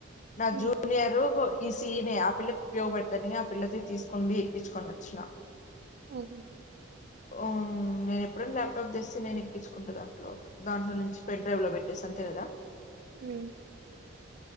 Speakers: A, on the left; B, on the right.
A: నా
B: ఉమ్,
A: జూనియరు
B: ఉమ్,
A: ఈ సీ యి నే ఆ పిల్లక్ ఉపయోగపడ్తని ఆ పిల్లదే తీస్కొనీ పోయి ఎక్కిచ్చుకొని వచ్చిన
B: అది
A: ఊ నేన్ ఎప్పుడైనా ల్యాప్టాప్ తెస్తే నేన్ ఎక్కిచ్చుకుంట దాంట్లో దాంట్లో నుంచి పెండ్రైవ్ లో పెట్టి ఎస్ అంతె గద
B: ఉం